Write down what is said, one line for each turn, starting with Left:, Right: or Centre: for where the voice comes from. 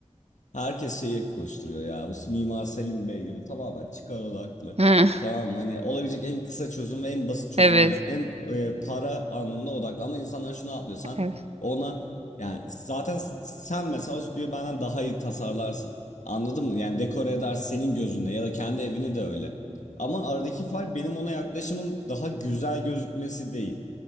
Left: Herkes şeyi koşturuyor ya. Bu Mimar Selim Bey gibi tamamen çıkar odaklı.
Right: Hı.
Left: Tamam hani olabilecek en kısa çözüm ve en basit çözümü
Right: Evet.
Left: en e, para anlamına odaklı. Ama insanlar şunu atlıyor: sen
Right: Evet.
Left: ona yani zaten sen mesela o stüdyoyu benden daha iyi tasarlarsın. Anladın mı? Yani dekore edersin senin gözünde ya da kendi evini de öyle. Ama aradaki fark benim ona yaklaşımım daha güzel gözükmesi değil.